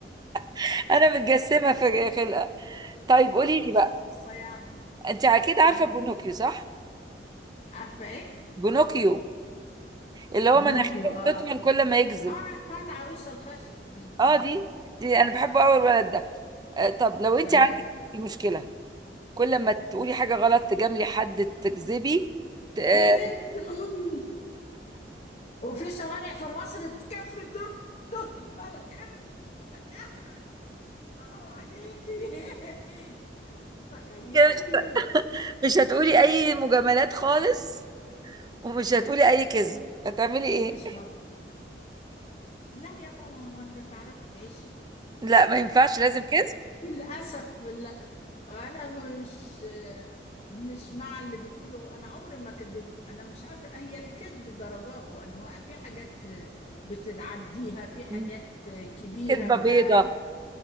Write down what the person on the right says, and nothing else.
<laughs> انا متجسمة في خلقة طيب
قولي
لي بقى
انت اكيد عارفة
بونوكيو صح
بونوكيو اللي هو
مناخيره
بتطول
كل ما يكذب
اه
دي دي انا بحبه قوي الولد ده آه طب لو انت
عندك مشكله كل ما تقولي
حاجه غلط تجاملي حد تكذبي ت- آه،
كده
مش هتقولي اي مجاملات خالص ومش هتقولي اي كذب هتعملي ايه
<laughs> لا ما ينفعش لازم كذب
مم.
كذبه
بيضه